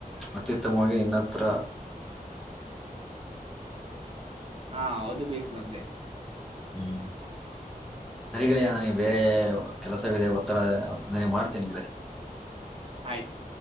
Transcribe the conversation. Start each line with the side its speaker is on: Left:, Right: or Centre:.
Centre: ಅತ್ಯುತ್ತಮವಾಗಿ ನಿನ್ನತ್ರ
Right: ಹಾ ಅದು ಬೇಕ್ ಮೊದಲೇ
Centre: ಹ್ಮ್ ಸರಿ ಗೆಳೆಯ ನನಗೆ ಬೇರೆ ಕೆಲಸವಿದೆ ಒತ್ತಡ ನನ ಮಾಡ್ತೇನ ನಿಂಗೆ
Right: ಆಯ್ತ್.